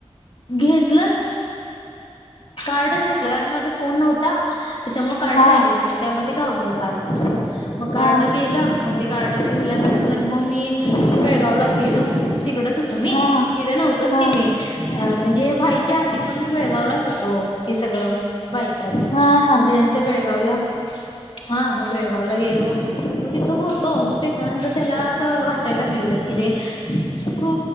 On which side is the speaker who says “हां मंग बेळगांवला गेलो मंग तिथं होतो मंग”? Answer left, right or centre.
Left